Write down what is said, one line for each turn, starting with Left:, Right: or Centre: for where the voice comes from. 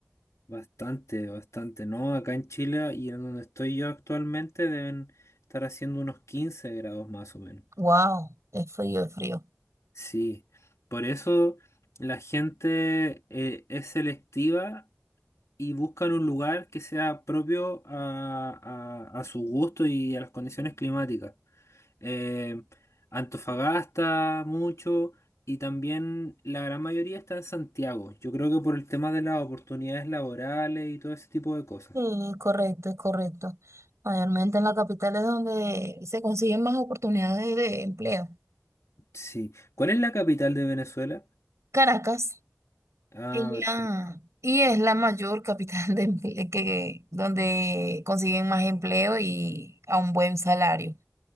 Left: Bastante, bastante, ¿no? Acá en Chile y en donde estoy yo actualmente deben estar haciendo unos 15 grados más o menos.
Right: Wow, es frío, es frío.
Left: Sí, por eso la gente eh, es selectiva y buscan un lugar que sea propio a, a- a su gusto y a las condiciones climáticas. Eh, Antofagasta mucho y también la gran mayoría está en Santiago. Yo creo que por el tema de las oportunidades laborales y todo ese tipo de cosas.
Right: Sí, correcto, es correcto. Mayormente en la capital es donde se consiguen más oportunidades de empleo.
Left: Sí. ¿Cuál es la capital de Venezuela?
Right: Caracas
Left: Ah,
Right: es
Left: perfecto.
Right: la- y es la mayor capital de emple- que, donde consiguen más empleo y a un buen salario.